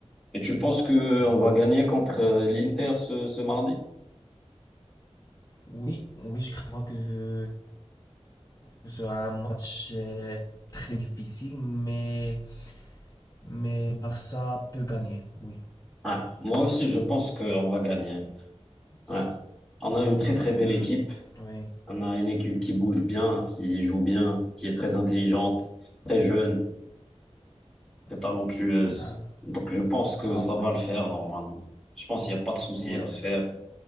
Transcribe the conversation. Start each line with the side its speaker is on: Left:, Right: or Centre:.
Centre: Et tu penses que
Left: Oui,
Centre: on va gagner contre euh, l'Inter ce, ce mardi?
Left: oui, oui, je crois que ce sera un match euh, très difficile, mais, mais le Barça peut gagner, oui.
Centre: Ouais. Moi aussi, je pense qu'on va gagner. Ouais. On a une très très belle
Left: Hmm,
Centre: équipe.
Left: Oui,
Centre: On a une équipe qui bouge bien, qui joue bien, qui est très intelligente, très jeune. très talentueuse.
Left: ah,
Centre: Donc, je pense que
Left: ah
Centre: ça
Left: ouais,
Centre: va le faire normalement. Je pense qu'il n'y a pas de souci
Left: ouais.
Centre: à se faire.